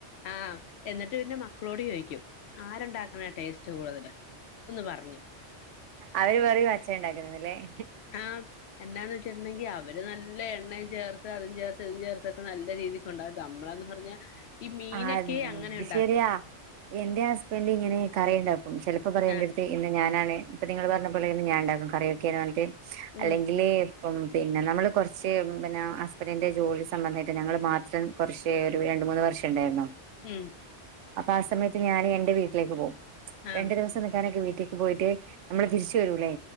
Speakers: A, on the left; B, on the right.
A: ആഹ് എന്നിട്ട് പിന്നെ മക്കളോട് ചോദിക്കും ആരുണ്ടാക്കണ ടേസ്റ്റ് കൂടുതൽ ഒന്ന് പറഞ്ഞേ
B: അവര് പറയും അച്ഛൻ ഉണ്ടാക്കുന്നന്നല്ലേ
A: ആഹ് എന്നാന്ന് വെച്ചിട്ടണ്ടെങ്കിൽ അവര് നല്ല എണ്ണയും ചേർത്ത് അതും ചേർത്ത് ഇതും ചേർത്തൊക്കെ നല്ല രീതിക്ക് ഉണ്ടാകും നമ്മളെന്ന് പറഞ്ഞ ഈ മീനൊക്കെ
B: ആഹ്
A: അങ്ങനെ
B: ഇത്
A: ഉണ്ടാക്കും
B: ശരിയാ എന്റെ ഹസ്ബന്റ് ഇങ്ങനെ കറിയുണ്ടാക്കും ചിലപ്പോ പറയും എന്റെട്ത്ത്
A: ആഹ്
B: ഇന്ന് ഞാനാണ് ഇപ്പൊ നിങ്ങള് പറഞ്ഞപ്പോലെ ഞാൻ ഇണ്ടാക്കും കറിയൊക്കെന്ന് പറഞ്ഞിട്ട് അല്ലെങ്കില്
A: ഉം
B: അപ്പം പിന്നെ നമ്മള് കുറച്ച് പിന്നെ ഹസ്ബൻഡിന്റെ ജോലി സംബന്ധായിട്ട് ഞങ്ങൾ മാത്രം കുറച്ച് ഒരു രണ്ട് മൂന്ന് വർഷം ഇണ്ടായിരുന്നു
A: ഉം
B: അപ്പൊ ആ സമയത്ത് ഞാന് എന്റെ വീട്ടിലേക്ക് പോവും
A: ആഹ്
B: രണ്ടു ദിവസം നിക്കാനൊക്കെ വീട്ടിലേ പോയിട്ട് നമ്മള് തിരിച്ചു വരൂല്ലേ